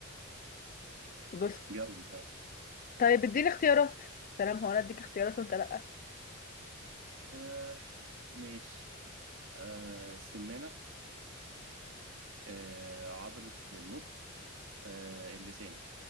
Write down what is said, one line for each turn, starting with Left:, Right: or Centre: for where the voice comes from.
Left: بس
Right: جاوبي
Left: طيب اديني اختيارات سلام هو انا اديك اختيارات وانت لا
Right: آه ماشي آه السمانة آه عضلة المخ آه اللسان